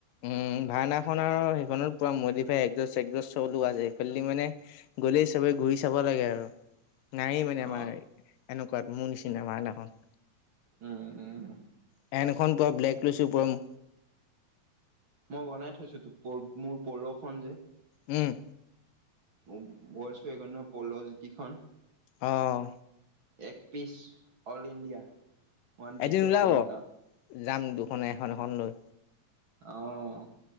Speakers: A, on the left; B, on the right.
A: উম, ভাওনাখন আৰু সেইখনত পুৰা মোডিফাই, একজছ-চেকজছ চলো আছে। সেইফালদি মানে গ'লেই চবে ঘূৰি চাব লাগে আৰু। নায়েই মানে
B: অ
A: আমাৰ এনেকুৱাত মোৰ নিচিনা ভাওনাখন।
B: উম, উম, উম।
A: ফেন এখন তই ব্লেক লৈছো, পৰম
B: মই বনাই থৈছো তোক মোৰ পৌৰখন যে।
A: উম।
B: <unintelligible>
A: অঁ।
B: এক piece all India. One
A: এদিন
B: piece
A: ওলাব
B: আছে এনেকা।
A: যাম দুখনে এখন-এখন লৈ।
B: অ'।